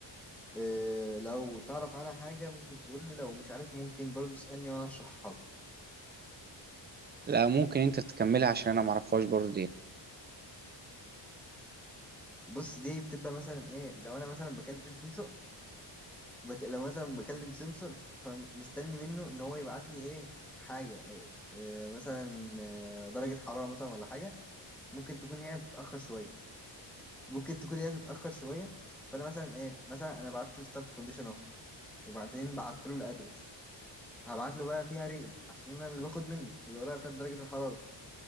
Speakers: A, in the centre; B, on the right.
A: إيه لو تعرف عنها حاجة ممكن تقول لي لو مش عارف ممكن برضو تسألني وأنا أشرحها لك
B: لا ممكن انت تكملها عشان انا ما اعرفهاش برضه دي
A: بص دي بتبقى مثلا إيه لو أنا مثلا بكلم سنسور بك... لو مثلا بكلم سنسور فمستني منه إن هو يبعت لي إيه حاجة إيه مثلا آه، درجة حرارة مثلا ولا حاجة ممكن تكون هي بتتأخر شوية ممكن تكون هي بتتأخر شوية فأنا مثلا إيه مثلا أنا بعت له ستارت كونديشن أهو وبعدين بعت له الأدرس هبعت له بقى فيها ريد عشان أنا اللي باخد منه القراية بتاعت درجة الحرارة